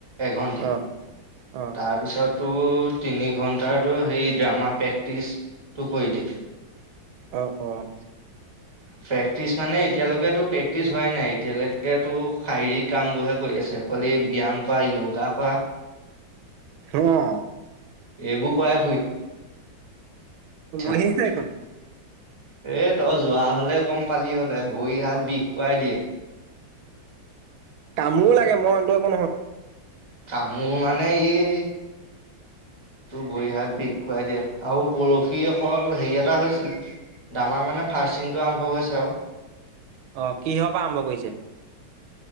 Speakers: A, on the right; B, on the right.
A: এঘণ্টীয়া
B: অ অ
A: তাৰপিছত টো তিনি ঘণ্টাৰটো সেই, ড্ৰামা প্ৰেক্টিচটো কৰি দিয়ে।
B: অ', ক'।
A: ফেক্টিচ মানে, এতিয়ালৈকেটো প্ৰেক্টিচ হোৱাই নাই। এতিয়ালৈকেটো শাৰীৰিক কামবোৰহে কৰি আছে, অকলে ব্যায়াম কৰা, য়োগা কৰা।
B: অ
A: এইবোৰ কৰায় ফুৰি <unintelligible>
B: বুজিছে দেখোন
A: এই তই যোৱা হ'লে গম পালি হ'লে, ভৰি হাত বিষ খুৱাই দিয়ে।
B: কামোৰ লাগে মইটো একো নহয়।
A: কামোৰ মানে এই তোৰ ভৰি হাত বিষ খুৱাই দিয়ে আৰু পৰসি অকল হেৰি এটা হৈছিলে, ড্ৰামাৰ মানে ফাৰ্ষ্ট চিনটো আৰম্ভ হৈছে আৰু।
B: অ', কিহঁৰ পা আৰম্ভ কৰিছে?